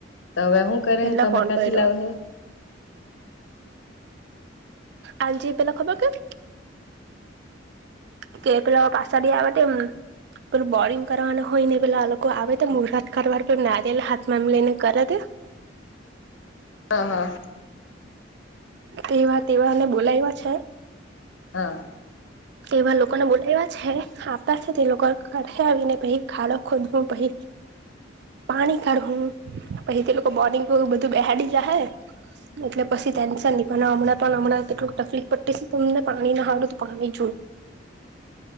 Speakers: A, on the left; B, on the right.
A: તો હવે હું કરે
B: એટલે
A: હે તમે
B: ફોન
A: ક્યાંથી
B: કર્યો
A: લાવ હે
B: આજી પેલા ખબર કેમ કે પેલા પાસાડી આવે <unintelligible> પેલુ બોરિંગ કરવાના હોય ને પેલા લોકો આવે તો મુરાત કારવાર નારિેયેલ હાથમાં એમ લઈ ને કર તે
A: હા હા.
B: તેવા તેવાને બોલાયવા છે.
A: હા.
B: તેવા લોકોને બોલાયવા છે આવતાછે તે લોકો કર હે આવીને પહિ ખાડો ખોદહું પહિ પાણી કાઢહું પહિ તે લોકો બોરિંગ એબધું બેહાડી જા હે એટલે પસી ટેન્શન ની પણ હમણાં પણ હમણાં કેટલું તકલીફ પડતી સે અમને પાણી ના હારું તો પાણી <inaudible>